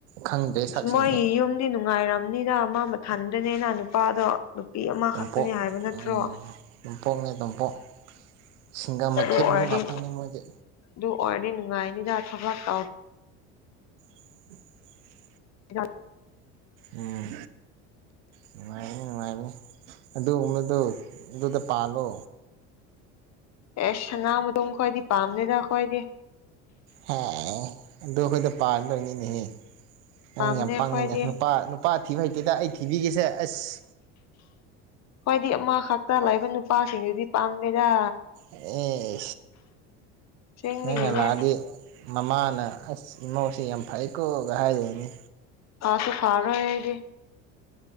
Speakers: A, on the right; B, on the left.
A: ꯈꯪꯗ꯭ꯔꯦ ꯁꯛꯁꯤꯡꯁꯦ
B: ꯑꯁ ꯃꯣꯏ ꯌꯨꯝꯗꯤ ꯅꯨꯡꯉꯥꯏꯔꯝꯅꯤꯗ ꯃꯥ ꯃꯊꯟꯗꯅꯤꯅ ꯅꯨꯄꯥꯗꯣ ꯅꯨꯄꯤ ꯑꯃꯈꯛꯇꯅꯤ
A: ꯇꯣꯝꯄꯣꯛ
B: ꯍꯥꯏꯕ ꯅꯠꯇ꯭ꯔꯣ
A: ꯎꯝ ꯇꯣꯝꯄꯣꯛꯅꯦ ꯇꯣꯝꯄꯣꯛ ꯁꯤꯡꯒꯝ
B: ꯑꯗꯨ
A: ꯃꯩꯈꯦꯠ
B: ꯑꯣꯔꯗꯤ
A: ꯃꯔꯨ ꯉꯥꯛꯇꯅꯤ ꯃꯣꯏꯗꯤ
B: ꯑꯗꯨ ꯑꯣꯔꯗꯤ ꯅꯨꯡꯉꯥꯏꯅꯤꯗ ꯊꯕꯛ ꯇꯧ
A: <inaudible>
B: <unintelligible>
A: ꯎꯝ ꯅꯨꯡꯉꯥꯏꯕꯅꯤ ꯅꯨꯡꯉꯥꯏꯕꯅꯤ ꯑꯗꯨꯒꯨꯝꯕꯗꯨ ꯑꯗꯨꯗ ꯄꯥꯜꯂꯣ
B: ꯑꯦ ꯁꯅꯥ ꯃꯇꯨꯝ ꯈꯣꯏꯗꯤ ꯄꯥꯝꯗꯦꯗ ꯑꯩꯈꯣꯏꯗꯤ
A: ꯍ ꯑꯗꯨꯈꯣꯏꯗ ꯄꯟꯗꯣꯏꯅꯤ ꯅꯦ ꯅꯪ
B: ꯄꯥꯝꯗꯦ
A: ꯌꯥꯝ
B: ꯑꯩꯈꯣꯏꯗꯤ
A: ꯄꯪꯉꯤꯗ ꯅꯨꯄꯥ ꯅꯨꯄꯥ ꯊꯤꯕ ꯍꯩꯇꯦꯗ ꯑꯩ ꯊꯤꯕꯤꯒꯦꯁꯦ ꯑꯁ
B: ꯑꯩꯈ꯭ꯣꯏꯗꯤ ꯑꯃ ꯈꯛꯇ ꯂꯩꯕ ꯅꯨꯄꯥꯁꯤꯡꯗꯨꯗꯤ ꯄꯥꯝꯗꯦꯗ
A: ꯑꯣ
B: ꯑꯁꯦꯡꯕꯒꯤꯅꯦ
A: ꯅꯪꯅ ꯂꯥꯛꯑꯗꯤ ꯃꯃꯥꯅ ꯑꯁ ꯏꯃꯥꯁꯤ ꯌꯥꯝ ꯐꯩꯌꯦꯀꯣ ꯀ ꯍꯥꯏꯗꯣꯏꯅꯤ
B: ꯐꯥꯁꯨ ꯐꯥꯔꯣ ꯑꯩꯗꯤ